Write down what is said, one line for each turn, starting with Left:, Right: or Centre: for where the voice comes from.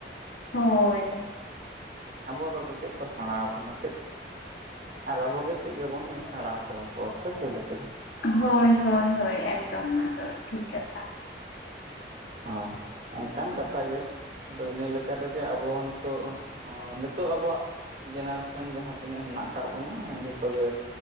Left: ᱦᱳᱭ
Right: ᱟᱵᱚ ᱫᱚ ᱪᱮᱫ ᱠᱚ ᱥᱮᱬᱟ ᱟᱵᱚᱱᱟ ᱪᱮᱫ ᱟᱨ ᱟᱵᱚᱜᱮ ᱪᱮᱫ ᱜᱮᱵᱚᱱ ᱥᱮᱬᱟ ᱦᱚᱴᱚ ᱟᱠᱚᱣᱟ ᱥᱮ ᱪᱮᱫᱞᱮᱠᱟ
Left: ᱦᱳᱭ ᱦᱳᱭ ᱦᱳᱭ ᱮᱠᱫᱚᱢ ᱱᱚᱣᱟ ᱫᱚ ᱴᱷᱤᱠ ᱠᱟᱛᱷᱟ
Right: ᱦᱳᱭ ᱚᱱᱠᱟᱱ ᱠᱟᱛᱷᱟ ᱜᱮ ᱟᱫᱚ ᱤᱱᱟ ᱞᱮᱠᱟ ᱛᱮᱜᱮ ᱟᱵᱚᱦᱚ ᱱᱤᱛᱚᱜ ᱦᱚ ᱱᱤᱛᱚᱜ ᱟᱵᱚᱣᱟᱜ ᱡᱮᱱᱟᱨᱮᱥᱮᱱ ᱡᱟᱦᱟ ᱛᱤᱱᱟᱹᱜ ᱦᱮᱱᱟᱜ ᱠᱟᱜ ᱵᱚᱱᱟ ᱡᱷᱚᱛᱚ ᱜᱮ